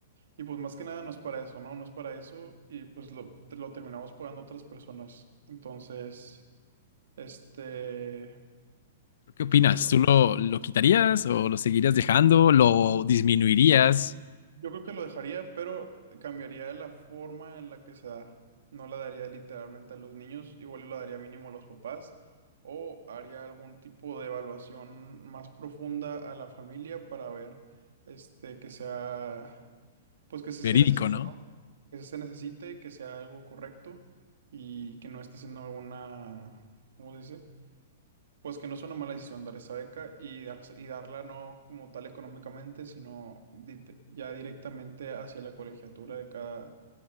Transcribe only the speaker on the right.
Y pues más que nada no es para eso, ¿no? No es para eso y pues lo, te- lo terminamos pagando otras personas. Entonces... Este,
yo, creo-
yo creo que lo dejaría, pero cambiaría la forma en la que se da. No la daría literalmente a los niños, igual y lo daría mínimo a los papás, o haría algún tipo de evaluación más profunda a la familia para ver, este, que sea, pues que se,
se necesite,
¿no? Que se necesite, que sea algo correcto y que no esté haciendo alguna, ¿cómo se dice? Pues que no es una mala decisión dar esa beca y, darse- y darla no como tal económicamente, sino di- ya directamente hacia la colegiatura de cada,